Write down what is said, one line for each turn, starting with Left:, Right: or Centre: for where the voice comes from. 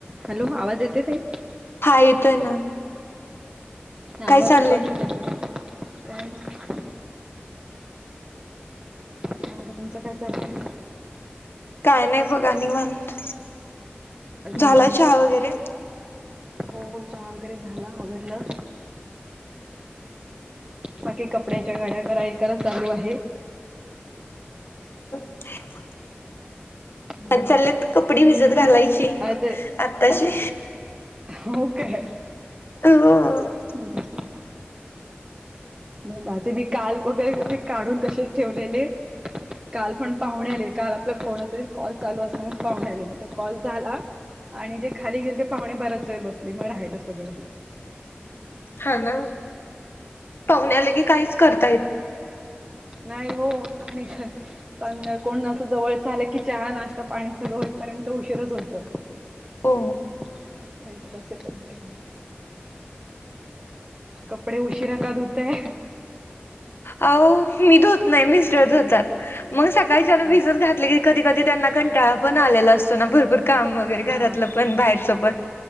Right: Hello आवाज येतोय ताई?
Left: हा येतोय ना.
Right: हा
Left: काय
Right: आवाज
Left: चाललंय
Right: कट होत होतं, काय नाही. <unintelligible> तुमचं काय चाललंय?
Left: काय नाही बघा निवांत.
Right: आज
Left: झाला
Right: निवांत
Left: चहा
Right: हाय.
Left: वगैरे
Right: हो चहा वगैरे झाला आवरलं. बाकी कपड्याच्या घड्या कराय करण चालू आहे.
Left: <unintelligible>
Right: हम्म
Left: चालेत कपडे भिजत घालायची
Right: काय तर
Left: आताशी.
Right: हो काय?
Left: हो
Right: हम्म. मग माझे मी काल <unintelligible> कसे काढून तसेच ठेवलेले. काल पण पाहुणे आले. काल आपला कोणतरी कॉल चालू असतानाच पाहुणे आले, मग तो कॉल झाला. आणि जे खाली गेल ते पाहुणे बराच वेळ बसले, मग राहिलं सगळं.
Left: हा ना. पाहुणे आले की काहीच करता येत
Right: नाही हो आणि पण‌ ना कोण असं जवळच आलं की चहा, नाश्ता, पाणी सगळं होईपर्यंत उशीरच होतं.
Left: हो
Right: पाच मिनटं बसे कंटिन्यू. कपडे उशीरा का धुताय?
Left: अहो मी धुत नाही मिस्टर धुतात. मग सकाळच्यानं भिजत
Right: अच्छा
Left: घातले की कधी कधी त्यांना कंटाळा पण आलेला असतो ना, भरपूर काम वगैरे
Right: हा
Left: घरातलं पण बाहेरच पण